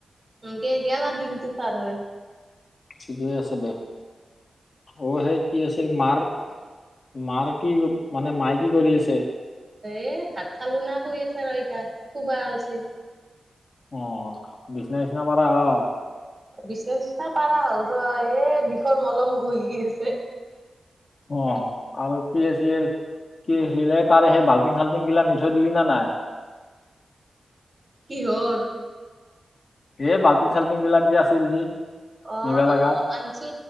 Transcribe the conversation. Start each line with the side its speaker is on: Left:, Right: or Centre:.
Right: এনকে গেল আৰ দিনটো পাৰ হৈ।
Left: ঠিকে আছে দে, অ সেই কি আছ ছিল মাৰ মাৰ কি মানে মায়ে কি কৰি আছে?
Right: এ ভাত খালো না শুই আছে ৰ ইতা খোবা উলচি।
Left: অ বিছনা চিছনা পা হল,
Right: বিচনা চিচনা পাৰা হ'ল ৰ এই বিষৰ মলম ঘহি আছে।
Left: অ' আৰু কি আছিল? কি হৈছিলে তাৰে সেই বাল্টিং চাল্টিং গিলা নি থৈ দিলি না নাই?
Right: কিহৰ?
Left: এই বাল্টিং চাল্টিং বিলাক যে আছিল যি।
Right: অ'
Left: নিবা লগা
Right: অ' আনচো